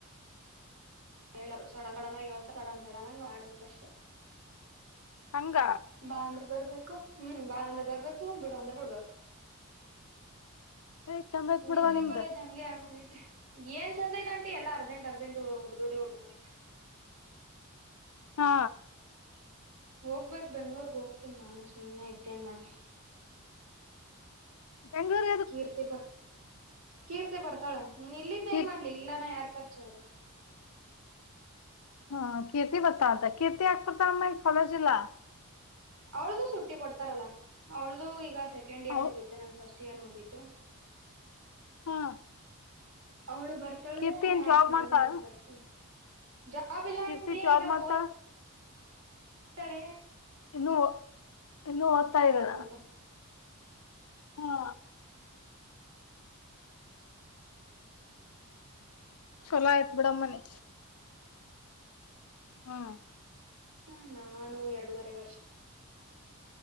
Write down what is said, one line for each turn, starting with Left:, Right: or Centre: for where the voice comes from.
Right: ಹೇಳರು ಸಡನ್ ಸಡನ್ ಆಗಿ ಹೇತ ಸಡನ್ ಸಡನ್ ಆಗಿ ಮಾಡ್ಬೇಕಷ್ಟೇ.
Left: ಹಂಗ
Right: ಬಾ ಅಂದ್ರ ಬರ್ಬೇಕು ಹ್ಮ್ ಬಾ ಅಂದ್ರ ಬರ್ಬೇಕು ಬಿಡು ಅಂದ್ರೆ ಬಿಡ್ಬೇಕು
Left: ಏ ಚಂದ ಐತ್ ಬಿಡವಾ
Right: ಡಿಗ್ರಿ
Left: ನಿಮ್ದ
Right: ಕಾಲೇಜ್ ಹಂಗೆ ಆಗೋಗೈತೆ ಏನ್ ಚಂದದಐತೆಂಟಿ ಎಲ್ಲ ಅರ್ಜೆಂಟ್ ಅರ್ಜೆಂಟ್ ಉಡ್ದಡಿ ಹೊಡ್ದುಡಿ
Left: ಹಾ
Right: ಹೋಗ್ಬೇಕ್ ಬೆಂಗ್ಳೂರ್ಗ್ ಹೋಗ್ತೀನ್ ನಾನು ಸುಮ್ನೆ ಇದ್ದೇನ್ ಮಾಡ್ಲಿ
Left: ಬೆಂಗ್ಲೋರ್
Right: ಕೀರ್ತಿ ಬ ಕೀರ್ತಿ ಬರ್ತಾಳೆ ನೀನ್ ಇಲ್ಲಿದ್ದೇನ್
Left: ಕೀರ್
Right: ಮಾಡ್ಲಿ ಇಲ್ಲಾನ ಯಾರ್ ಪರಿಚ ಅವ್ರ
Left: ಹಾ ಕೀರ್ತಿ ಬರ್ತಾಳ್ ಅಂತ ಕೀರ್ತಿ ಯಾಕ್ಬಾರ್ತಾರಮ್ಮ ಕಾಲೇಜಿಲ್ಲಾ
Right: ಅವಳ್ದು ಸುಟ್ಟಿ ಕೊಡ್ತಾರಲ್ಲ ಅವಳ್ದು ಈಗ ಸೆಕೆಂಡ್ ಇಯರ್
Left: ಹೌ
Right: ಮುಗಿಯುತ್ ಮ ನನ್ ಫಸ್ಟ್ ಇಯರ್ ಮುಗೀತು
Left: ಹಾ
Right: ಅವಳು ಬರ್ತಾಳೆ
Left: ಕೀರ್ತಿ ಏನ್
Right: ಆಯ್ತು
Left: ಜಾಬ್
Right: ನಾನು
Left: ಮಾಡ್ತಾಳ
Right: ಹೋಗ್ ಬರ್ತೀನಿ ಜಾಬ್ ಇಲ್ಲ
Left: ಕೀರ್ತಿ
Right: ಅಂಟಿ <unintelligible>
Left: ಜಾಬ್
Right: ನ
Left: ಮಾಡ್ತಾಳ
Right: ತಳೆ
Left: ಇನ್ನುೂ ಇನ್ನುೂ ಓದ್ತಾ
Right: ಓದ್ತಾಳಲ್ಲ
Left: ಇದಾಳ
Right: ಅವಳು
Left: ಹಾ ಚಲೋ ಆಯ್ತ್ ಬಿಡಮ್ಮನೆ ಹಾ
Right: ಹ ನಾನು ಎರಡೂವರೆ ವರ್ಷ